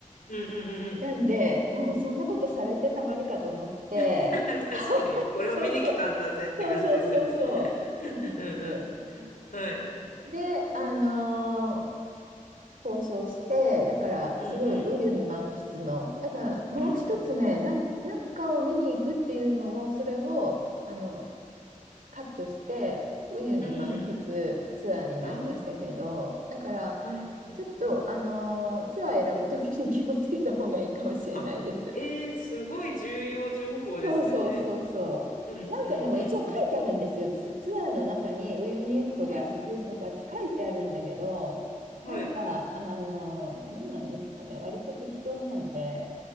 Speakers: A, on the left; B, on the right.
A: うんうんうんうん。
B: なんで、もうそんなことされてたまるかと思って、
A: <laughs> 確かに、
B: <laughs>
A: これを見に来たんだぜって感じですよね。
B: そうそう、そうそうそうそう、
A: <laughs>
B: そうなんです。
A: うんうん。はい。
B: で、あのー交渉して、だからすごいウユに満喫の、
A: うんうん。
B: だからもう一つね、
A: うんうん。
B: なん、なんかを見に行くっていうのを、それを、あの、カットして、ウユニ満喫
A: うん。
B: ツアーになりましたけど、
A: あ
B: だから、
A: あ、はいはい。
B: ちょっと、あのーツアー選ぶときに気をつけた方がいいかもしれないです。
A: あ、ええすごい重要情報ですね。
B: そうそうそうそう。
A: うんうんうん。
B: なんかでも一応書いてあるんですよ。ツ、ツアーの中にウユニ塩湖で遊ぶとかって書いてあるんだけど、
A: はい。はい。
B: なんか、あの、どうなんですかね。割と適当なんで、